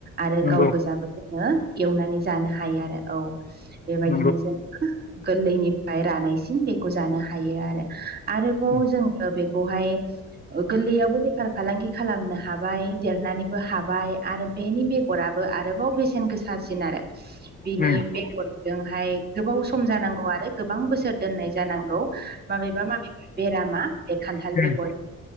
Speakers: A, on the left (about 30°); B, on the right (about 30°).
A: नंगौ
B: आरो गाव गोजाबो जों एवनानै जानो हायो आरो औ बेबायदिनो
A: नंगौ
B: जों गोरलैनिफ्राय रानायसिम बेखौ जानो हायो आरो आरोबाव
A: उम
B: जोङो बेखौहाय गोरलैयावबो बेफार फालांगि खालामनो हाबाय देरनानैबो हाबाय आरो बेनि बेगराबो आरोबाव बेसेन गोसासिन आरो बिनि
A: उम
B: बेगरजोंहाय गोबाव सम जानांगौ आरो गोबां बोसोर दोननाय जानांगौ माबेबा माबेबा बेरामा बे खान्थाल
A: उम
B: बेगर